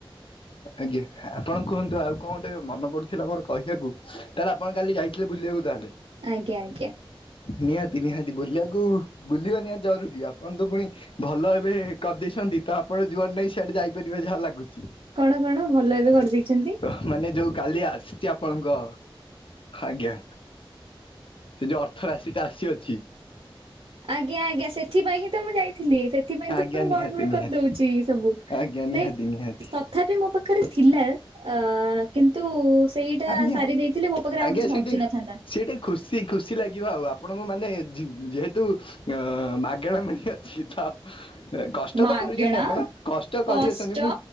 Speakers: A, on the left; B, on the right.
A: ଆଜ୍ଞା। ଆପଣ କୁହନ୍ତୁ ଆଉ କଁଗୋଟେ ମନେ ପଡ଼ୁଥିଲା ମୋର କହିବାକୁ ତାହେଲେ ଆପଣ କାଲି ଯାଇଥିଲେ ବୁଲିବାକୁ ତାହେଲେ?
B: ଆଜ୍ଞା ଆଜ୍ଞା।
A: ନିହାତି ନିହାତି ବୁଲିବାକୁ ବୁଲିବା ନିହାତିଜରୁରୀ ଆପ କଣତ ପୁଣି ଭଲ ଏବେ କରିଦେଇଛନ୍ତି ତଆପଣ କୁଆଡ଼େ ନାଇଁ ସେଆଡ଼େ ଯାଇପାରିବେ ଯାହା ଲାଗୁଚି?
B: କଣ କଣ ଭଲ ଏବେ କରିଦେଇଚନ୍ତି?
A: ମାନେ ଯୋଉ କାଲି ଆସିଚି ଆପଣଙ୍କ ଆଜ୍ଞା। ସେଯୋଉ ଅର୍ଥ ରାଶିଟା ଆସିଅଛି।
B: ଆଜ୍ଞା, ଆଜ୍ଞା, ସେଥି ପାଇଁହିଁତ ମୁଁ ଯାଇଥିଲି, ସେଥିପାଇଁତ
A: ଆଜ୍ଞା
B: ମୁଁ
A: ନିହାତି
B: ଗଡ଼ ବଡ଼
A: ନିହାତି
B: କରିଦଉଚି ସବୁ।
A: ଆଜ୍ଞା,
B: ନାଇଁ
A: ନିହାତି ନିହାତି।
B: ତଥାପି ମୋପାଖରେ ଥିଲା ଅ କିନ୍ତୁ ସେଇଟା
A: ଆଜ୍ଞା
B: ସାରି ଦେଇଥିଲେ, ମୋପାଖରେ
A: ଆଜ୍ଞା
B: ଆଉ କିଛି
A: ସେଠି
B: ବଞ୍ଚି ନଥାନ୍ତା।
A: ସେଠି ଖୁସି ଖୁସି ଲାଗିବ ଆଉ ଆପଣଙ୍କୁ ମାନେ ଯେ ଯେହେତୁ ଅ ମାଗଣା ମିଳି ଅଛିତ କଷ୍ଟତ
B: ମାଗେଣା
A: କରିଚନ୍ତି, ଆପଣ କଷ୍ଟ
B: କଷ୍ଟ
A: କରିଅଛନ୍ତି ମୁଁ